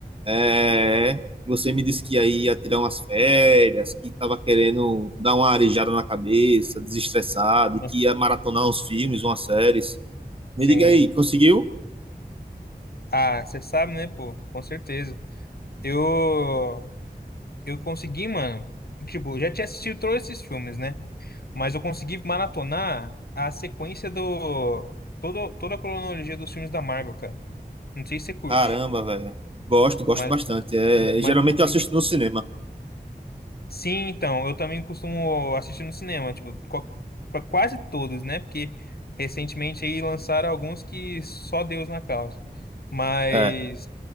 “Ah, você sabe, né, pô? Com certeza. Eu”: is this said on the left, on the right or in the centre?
Left